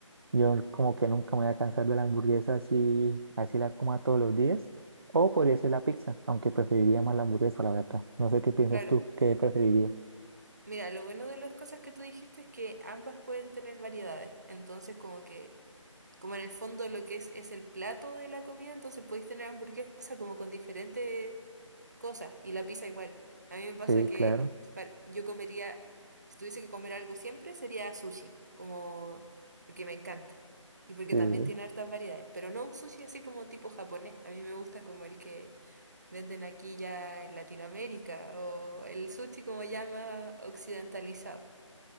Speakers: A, on the right (about 50°); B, on the right (about 35°).
A: yo como que nunca me voy a cansar de la hamburguesa así, así la coma todos los días. O podría ser la pizza, aunque preferiría más la hamburguesa, la verdad. No sé qué piensas
B: Claro.
A: tú, ¿qué preferirías?
B: Mira, lo bueno de las cosas que tú dijiste es que ambas pueden tener variedades. Entonces, como que, como en el fondo lo que es es el plato de la comida, entonces podéis tener hamburguesa como con diferentes cosas y la pizza igual. A mí me pasa
A: Sí,
B: que
A: claro.
B: par- yo comería, si tuviese que comer algo siempre, sería sushi, como porque me encanta y porque
A: Sí.
B: también tiene hartas variedades, pero no un sushi así como tipo japonés. A mí me gusta como el que venden aquí ya en Latinoamérica o el sushi como llama occidentalizado.